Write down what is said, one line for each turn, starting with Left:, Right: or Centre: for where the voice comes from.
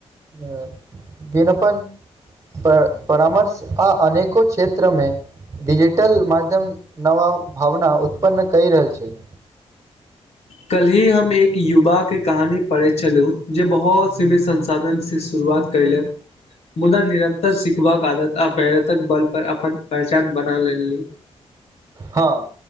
Right: अ विनपन परा परामर्श आ अनेको क्षेत्रमे। डिजिटल माध्यम नवा भावना उत्पन्न कहि रहल छैय।
Left: कल ही हम एक युवाके कहानी पढ़ैत छलहु जे बहुत सीमित संसाधनसे शुरुआत। कैयल मुदा निरन्तर सिखबाक आदत आरतक बल पर अपन पहचान बना लेली।
Right: हँ,